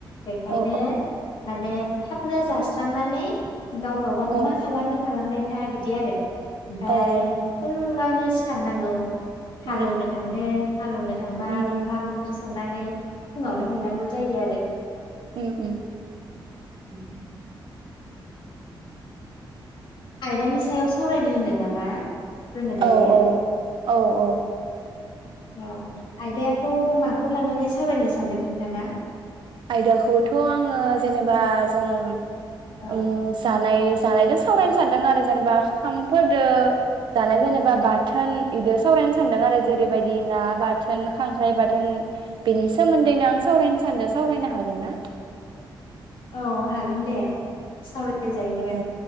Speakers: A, on the left; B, on the right.
A: बेखायनो
B: औ
A: माने थाबनो जास्रांनानै गावबागाव
B: औ
A: मा खालानो खालामबाय थाया बिदि आरो ओमफाय
B: औ
A: आरो फुं ङावनो सिखारनांगौ। हालौनो
B: उम
A: थाङो हालौनो थांबा
B: उम
A: ओंखाम ओंख्रि संनानै फुङावनो हैनांगौ जायो आरो
B: उम उम
A: <inaudible> आयदानि सायाव सावरायनो होनदों नामा जोङो
B: औ
A: दायो
B: औ औ औ
A: औ आयदायाथ' माखौ लानानै सावरायनो सानदों नोंथाङा?
B: आयदाखौथ' आङो जेनेबा जों
A: औ
B: उम जानाय जानायजों सावरायनो सानदों आरो जेनेबा खाम फोरदो जानाय जेनेबा बाथोन इदो सावरायनो सानदों आरो
A: औ
B: जेरैबायदि ना बाथोन खांख्राय बाथोन बेनि सोमोन्दैनो आं सावरायनो सानदों सावरायनो हागोन ना?
A: औ हागोन दे सावराय राय जायो
B: औ